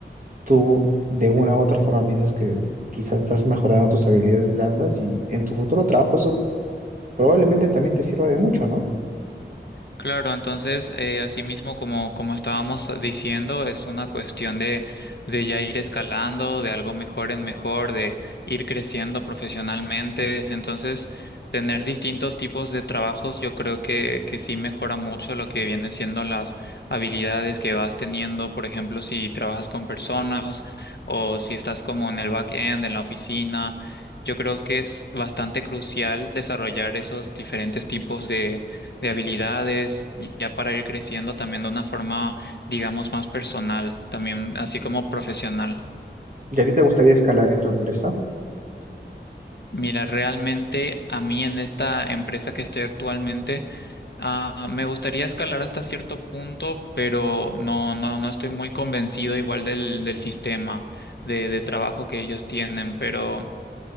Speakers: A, on the right; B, on the left.
A: tú de una u otra forma piensas que quizás estás mejorando tus habilidades blandas y en tu futuro trabajo eso probablemente también te sirva de mucho, ¿no?
B: Claro, entonces, eh, asimismo, como, como estábamos diciendo, es una cuestión de, de ya ir escalando, de algo mejor en mejor, de ir creciendo profesionalmente. Entonces, tener distintos tipos de trabajos, yo creo que, que sí mejora mucho lo que vienen siendo las habilidades que vas teniendo. Por ejemplo, si trabajas con personas o si estás como en el back-end, en la oficina. Yo creo que es bastante crucial desarrollar esos diferentes tipos de habilidades, y ya para ir creciendo también de una forma, digamos, más personal, también así como profesional.
A: ¿Y a ti te gustaría escalar en tu empresa?
B: Mira, realmente a mí en esta empresa que estoy actualmente, ah, me gustaría escalar hasta cierto punto, pero no, no, no estoy muy convencido igual del, del sistema de, de trabajo que ellos tienen, pero